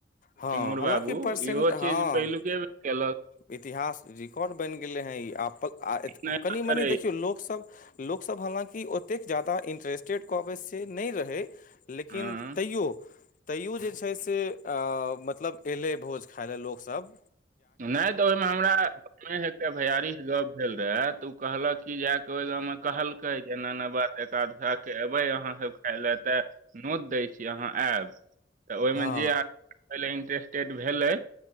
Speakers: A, on the left; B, on the right.
A: हँ
B: पिंगुर
A: हलाकि
B: बाबू
A: परसेंट
B: इहो
A: हँ
B: चीज पहिलुके बेर केलक
A: इतिहास रिकॉर्ड बनि गेलै हे ई आप आ
B: नहि
A: कनि
B: करैय
A: मनि देखियो लोक सब लोकसभ हालाँकि ओतेक जादा इन्टरेस्टेड कहबै से नहि रहै लेकिन
B: हँ
A: तैयो तैयो जे छै से अ मतलब एलै भोज खाइ लए लोक सब
B: नहि तऽ ओहिमे हमरा हे टा भैयारी स गप भेल रहे तऽ ओ कहलक की जा के ओहि गाँवमे कहलकै जे एना एना बात दसा के एबै अहाँ सब खाय ले त नोत दै छी अहाँ एब तऽ ओहिमे
A: हँ
B: जे आदमी पहिले इंटरेस्टेड भेलै